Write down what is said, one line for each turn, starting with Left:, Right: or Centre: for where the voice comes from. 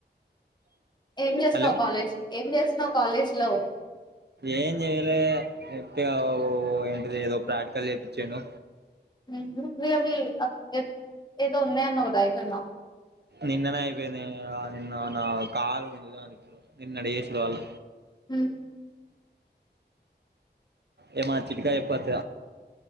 Left: ఏం చేసినావు
Right: హలో
Left: కాలేజ్ ఏం చేసినావు కాలేజ్ లో
Right: ఏం చెయాల సెప్పి ఏంటది ఏదో ప్రటకాలు చేయిించాండు
Left: ఉ మీ అవి ఎ ఏదన్నా అన్న ఉదాయిటింద
Right: నిన్ననే అయిపోయేది నిన్న నా కా అ నిన్నయే కాలే
Left: హమ్
Right: ఏ మా చటికాయ ఎప్పత